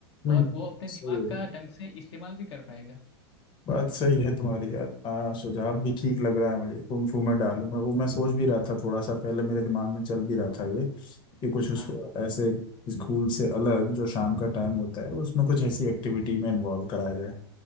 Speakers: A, on the left; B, on the left.
A: नहीं
B: और वो अपने दिमाग
A: सही है
B: का ढंग से इस्तेमाल भी कर पाएगा
A: बात सही है तुम्हारी यार हाँ सुझाव भी ठीक लग रहा है मुझे कुंफू में डालूंगा वो मैं सोच भी रहा था थोड़ा सा पहले मेरे दिमाग में चल भी रहा था ये कि कुछ उसको
B: हाँ
A: ऐसे स्कूल से अलग जो शाम का टाइम होता है उसमें कुछ ऐसी एक्टिविटी में इन्वॉल्व कराया जाए